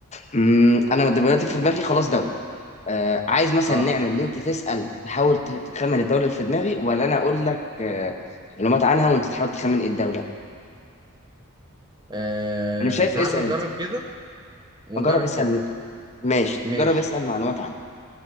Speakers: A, on the left; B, on the right.
A: مم، انا دلوقتي في دماغي خلاص دولة آه عايز مثلا
B: آه,
A: نعمل ان انت تسأل تحاول ت- تخمن الدولة اللي في دماغي ولا انا اقول لك آه معلومات عنها وانت تحاول تخمن ايه الدولة
B: آه
A: انا شايف
B: تعال
A: اسأل
B: نجرب
A: انت
B: كده ونجرب
A: جرب اسأل
B: كده
A: ماشي
B: ماشي
A: جرب اسأل معلومات عنها